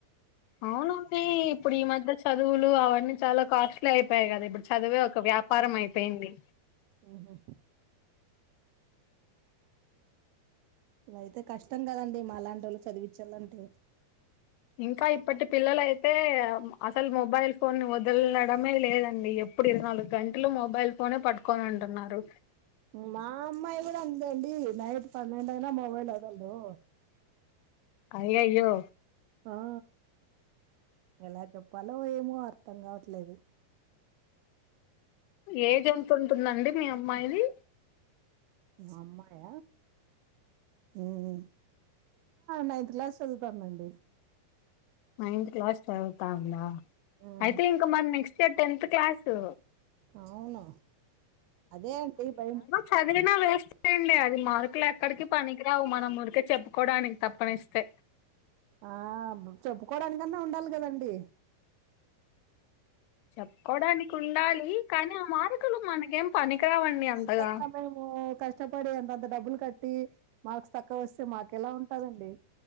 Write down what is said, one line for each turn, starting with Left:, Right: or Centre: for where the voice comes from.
Left: అ అవునంది ఇప్పుడు ఈ మధ్య చదువులు అవన్నీ చాలా కాస్ట్లీ అయిపోయాయి కదా ఇప్పుడు చదువే ఒక వ్యాప్ పరమైపోయింది
Right: ఊహు ఇదైతే కష్టం గదండి మాలాంటోళ్ళు చదివిచ్చలంటే
Left: ఇంకా ఇప్పటి పిల్లలైతే అసలు మొబైల్ ఫోన్ని వదల్నడమే లేదండి ప్పుడు ఇరవై నాలుగు గంటలు మొబైల్ ఫోనే పట్టుకోనుంటున్నారు
Right: మా అమ్మాయి గూడా అంతే అండి నైట్ పన్నెండైనా మొబైల్ వదలదు
Left: అయ్యాయో
Right: ఆ ఎలా చెప్పాలో ఏమో అర్థం కావట్లేదు
Left: ఏజ్ ఎంతుంటుందండి మీ అమ్మాయ్యిది
Right: మా అమ్మాయ ఉమ్ నైన్త్ క్లాస్ చదువుతాందండి
Left: నైన్త్ క్లాస్ చదువుతా ఉందా
Right: మ్మ్
Left: అయితే ఇంక మరి నెక్స్ట్ ఇయర్ టెన్త్ క్లాసు
Right: అవును అదే అండీ భైము
Left: చదవినా వేస్త్ లేండి అది మార్కులు ఎక్కడికి పనికి రావు మన ముడికే చెప్పుకోవడానికి తప్పనిస్తే
Right: ఆ చెప్పుకోవడానికన్నా ఉండాలి గదండి
Left: చెప్పుకోడానికి ఉండాలి కానీ ఆ మార్కులు మనకేం పనికిరావండి అంతగా
Right: అన్ చెప్పలేం కష్టపడి అంతంత డబ్బులు కట్టి మార్క్స్ తక్కువ వస్తే మాకెలా ఉంటాదండి